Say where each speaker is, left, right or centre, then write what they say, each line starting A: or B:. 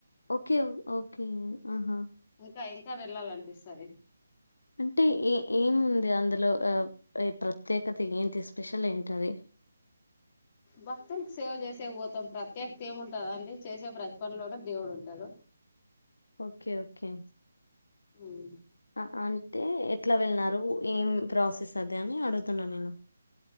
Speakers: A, on the left; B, on the left.
A: ఓకే ఓకే ఆహా
B: ఇంకా ఇంకా వెళ్ళాలనిపిస్తాది
A: అంటే ఏ ఏముంది అందులో ఎ ప్రత్యేకత ఏంటి స్పెషల్ ఏంటది
B: భక్తులకు సేవ చేసేకి పోతాం ప్రత్యేకత ఏమ్ ఉంటదండి చేసే ప్రతి పనిలోను దేవుడు ఉంటాడు
A: ఓకే ఓకే
B: హ్మ్
A: అ అంటే ఎట్లా వెళ్ళినారు ఏం ప్రాసెస్ అదని అడుగుతున్నా నేను